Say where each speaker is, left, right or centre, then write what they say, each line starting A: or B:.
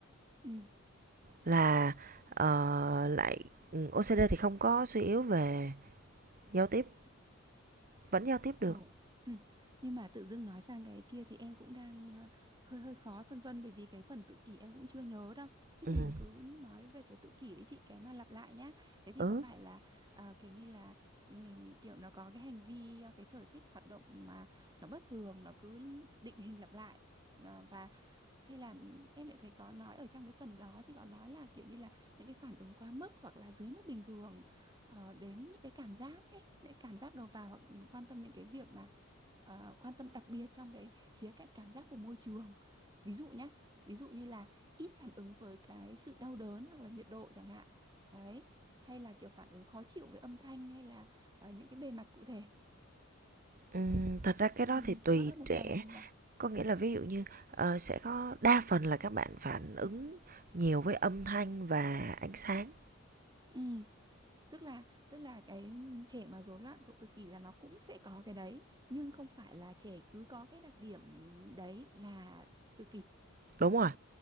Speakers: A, on the right; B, on the right.
A: ừ
B: là, ờ, lại ừm, OCD thì không có suy yếu về giao tiếp, vẫn giao tiếp được.
A: Ồ. <clears throat> Nhưng mà tự dưng nói sang cái kia thì em cũng đang ờ, hơi hơi khó phân vân bởi vì cái phần tự kỷ em cũng chưa nhớ đâu. Thế
B: Ừm,
A: mình cứ nói về cái tự kỷ ấy chị cái mà lặp lại nhá. Thế thì
B: ừ,
A: có phải là ờ, kiểu như là ừm, kiểu nó có cái hành vi ờ, cái sở thích hoạt động mà nó bất thường nó cứ định hình lặp lại Ờ, và hay là em lại thấy có nói ở trong cái phần đó thì có nói là kiểu như là những cái phản ứng quá mức hoặc là dưới mức bình thường ờ, đến những cái cảm giác ấy, những cái cảm giác đầu vào hoặc quan tâm đến cái việc mà ờ, quan tâm đặc biệt trong cái khía cạnh cảm giác của môi trường. Ví dụ nhá, ví dụ như là ít phản ứng với cái sự đau đớn hoặc là nhiệt độ chẳng hạn. Đấy, hay là kiểu phản ứng khó chịu với âm thanh hay là ờ, những cái bề mặt cụ thể.
B: ừm, thật ra cái đó
A: Ừ,
B: thì tùy
A: nó là một
B: trẻ,
A: phần nhỉ.
B: có nghĩa là ví dụ như, ờ, sẽ có đa phần là các bạn phản ứng nhiều với âm thanh và ánh sáng.
A: Ừ, tức là tức là cái trẻ mà rối loạn phụ tự kỷ là nó cũng sẽ có cái đấy, nhưng không phải là trẻ cứ có cái đặc điểm đấy là tự kỷ
B: Đúng rồi,